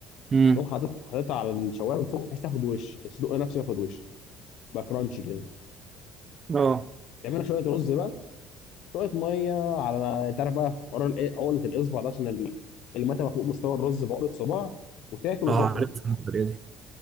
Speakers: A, on the right (about 40°); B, on the left (about 70°).
A: امم
B: وتقوم حاطط حاططها على الشوايه من فوق بحيث تاخد وش الصدق نفسه ياخد وش يبقى كرانشي كده
A: اه
B: تعملها شويه رز بقى شويه ميه على انت عارف بقى في حوار الإيه- عقله الاصبع ده عشان ال- المتبقى فوق مستوى الرز بعقله صباع وتاكل
A: اه
B: زي الفل
A: عارف الطريقه دي.